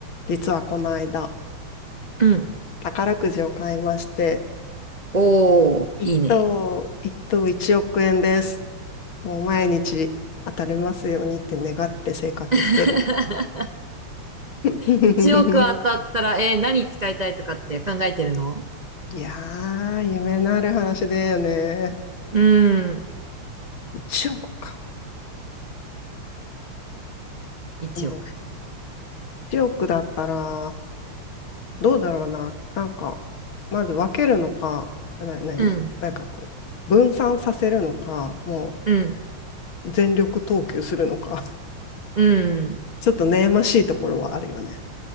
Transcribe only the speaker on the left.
実はこの間、
宝くじを買いまして、
一等、
一等1億円です。もう毎日当たりますようにって願って生活してる。
<laughs>
いやー、夢のある話だよね。
一億か。
でも、1億だったら、どうだろうな。なんか、まず分けるのか、な、なになんかこう、
分散させるのか、も
う全力投球するのか。
ちょっと悩ましいところはあるよね。